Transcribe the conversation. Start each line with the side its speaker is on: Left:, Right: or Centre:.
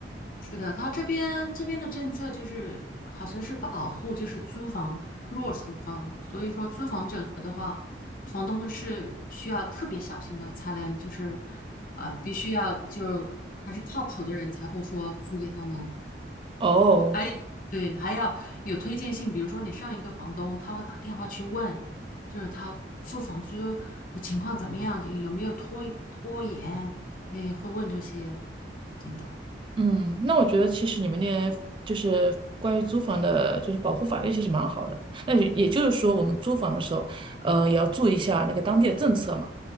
Left: 是的，他这边这边的政策就是好像是保护就是租房弱势方，所以说租房者的话，房东是需要特别小心的，才能就是啊、呃必须要就还是靠谱的人才会说租给他们。
Right: 哦，
Left: 还对，还要有推荐信，比如说你上一个房东，他会打电话去问，就是他付房租的情况怎么样，有没有拖拖延，哎，会问这些，真的，
Right: 嗯，那我觉得其实你们那边就是关于租房的，就是保护法律其实蛮好的。那也也就是说，我们租房的时候，呃，也要注意一下那个当地的政策嘛。